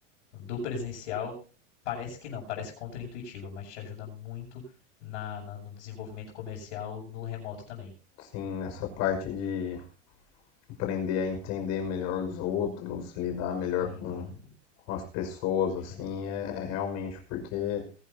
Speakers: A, on the left; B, on the left.
A: do presencial, parece que não, parece contraintuitivo, mas te ajuda muito na, na- no desenvolvimento comercial no remoto também.
B: Sim, nessa parte de aprender a entender melhor os outros, lidar melhor
A: Uhum.
B: com com as pessoas,
A: É,
B: assim, é realmente porque